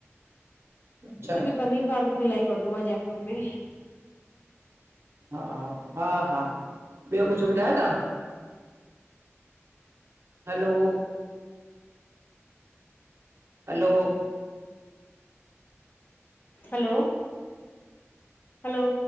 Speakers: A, on the right; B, on the left.
A: अच्छा
B: शाही पनीर पार्क बि इलाही वॾो आ जयपुर में।
A: हा, हा हा, ॿयो कुछ ॿुधायो ता? हलो! हलो!
B: हलो, हलो!